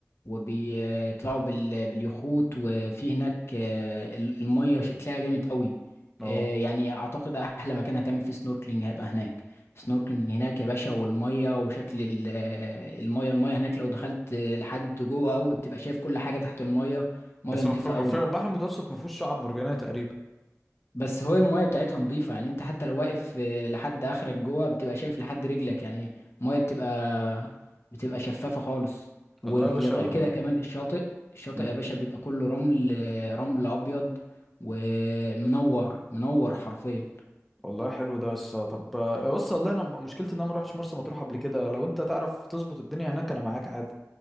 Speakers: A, on the left; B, in the centre.
A: وبيطلعوا بال... باليخوت وفي هناك آه، ال- الميه شكلها جامد قوي
B: اه
A: آه، يعني اعتقد احلى مكان هتعمل فيه سنوركلينج هيبقى هناك سنوركلينج هناك يا باشا والميه وشكل ال- آه، الميه الميه هناك لو دخلت آه، لحد جوه قوي بتبقى شايف كل حاجه تحت الميه ميه
B: بس
A: نظيفه
B: ما في... ما
A: قوي
B: في... البحر المتوسط ما فيهوش شعاب مرجانيه تقريبا
A: بس هو المايه بتاعتها نظيفه يعني انت حتى لو واقف آه، لحد اخرك جوه بتبقى شايف لحد رجلك يعني المايه بتبقى بتبقى شفافه خالص وغير
B: والله يا باشا
A: كده كمان الشاطئ الشاطئ
B: مم.
A: يا باشا بيبقى كله رمل آه، رمل ابيض ومنور منور حرفيا
B: والله حلو ده يسا طب آه، بص والله انا م- مشكلتي ان انا ما روحتش مرسى مطروح قبل كده لو انت تعرف تظبط الدنيا هناك انا معاك عادي